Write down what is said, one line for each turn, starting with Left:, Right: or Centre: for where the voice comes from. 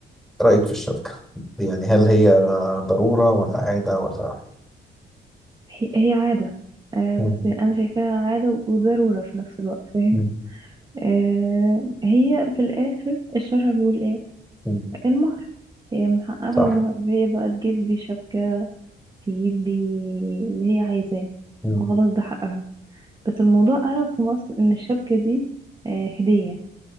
Centre: رأيك في الشبكة دي يعني هل
Right: قول.
Centre: هي ضرورة ولا عادة ولا
Right: هي هي عادة آه
Centre: مم.
Right: بس أنا شايفاها عادة وضرورة في نفس الوقت فاهم
Centre: مم.
Right: آه هي في الآخر الشرع بيقول إيه
Centre: مم.
Right: المهر هي من حقها
Centre: صح
Right: المهر هي بقى تجيب بيه شبكة تجيب بيه اللي هي عايزاه
Centre: مم.
Right: خلاص ده حقها بس الموضوع قلب في مصر إن الشبكة دي آه هدية